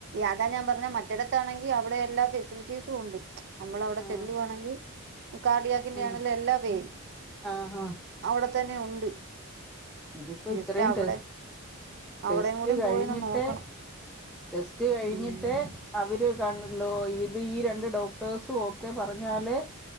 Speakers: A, on the right; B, in the centre.
A: അതാ ഞാൻ പറഞ്ഞ മറ്റെടുത്താണങ്കി അവിടെ എല്ലാ ഫെസിലി റ്റിസും ഉണ്ട് നമ്മൾ അവിടെ
B: ആഹ്
A: ചെല്ലുവാണെങ്കിൽ കാടിയാക്കിന്റെ
B: ഉം
A: ആണെലും എല്ലാ വേ
B: ആഹ് ആഹ്
A: അവിടെ തന്നെ ഉണ്ട്
B: ഇതിപ്പോ
A: ജസ്റ്റ്
B: ഇത്രയും
A: അവിടെ
B: ടെസ്
A: അവിടെയും
B: ടെസ്റ്റ്
A: കൂടി
B: കഴിഞ്ഞിട്ടെ
A: പോയൊന്ന് നോക്കണം
B: ടെസ്റ്റ് കഴിഞ്ഞിട്ടെ
A: ഉം
B: അവര് കാണുണ്ടോ ഇത് ഈ രണ്ട് ഡോക്ടേഴ്സും ഓക്കെ പറഞ്ഞാലെ